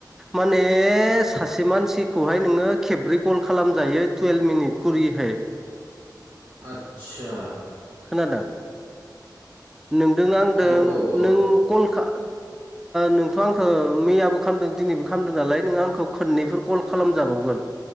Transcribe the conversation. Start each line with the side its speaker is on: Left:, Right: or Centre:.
Centre: माने सासे मानसिखौहाय नोङो खेब्रै कल खालामजायो टुयेल्भ मिनिट कररिहाय।
Right: आदसा।
Centre: खोनादों? नोंदों आंदों
Right: औ औ औ
Centre: नों कल खा नोंथ' आंखौ मैयाबो खालामदों दिनैबो खालामदों नालाय नोंो आंखौ खननैफोर कल खालामजाबावगोन।